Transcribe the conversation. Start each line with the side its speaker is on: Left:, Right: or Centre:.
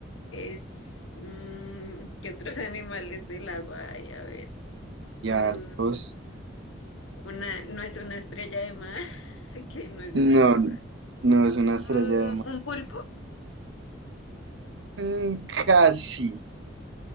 Left: Es... mm, ¿qué otros <laughs> animales del agua hay? A ver.
Right: Y
Left: mm,
Right: hartos.
Left: una, no es una estrella de mar, <laughs> que no es
Right: No,
Left: un animal.
Right: no es una estrella
Left: Mm,
Right: de mar.
Left: un pulpo,
Right: Mm, casi.